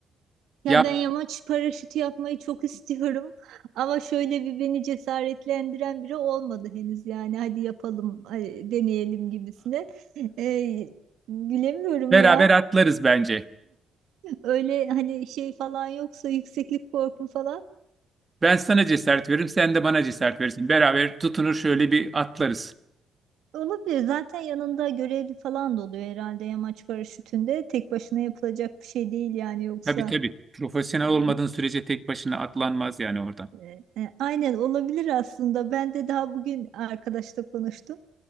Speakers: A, on the right; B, on the right.
A: Ya
B: Ya
A: ben yamaç paraşütü yapmayı çok istiyorum <laughs> ama şöyle bir beni cesaretlendiren biri olmadı henüz yani hadi yapalım hadi deneyelim gibisine. Ee, bilemiyorum
B: <laughs> beraber
A: ya
B: atlarız bence.
A: öyle hani şey falan yoksa yükseklik korkum falan
B: Ben sana cesaret veririm, sen de bana cesaret verirsin. Beraber tutunur şöyle bir atlarız.
A: olabilir zaten yanında görevli falan da oluyor herhalde yamaç paraşütünde tek başına yapılacak bir şey değil yani yoksa.
B: Tabii tabii. Profesyonel
A: Aynen,
B: olmadığın sürece tek başına atlanmaz yani oradan.
A: e, e, aynen olabilir aslında ben de daha bugün arkadaşla konuştum.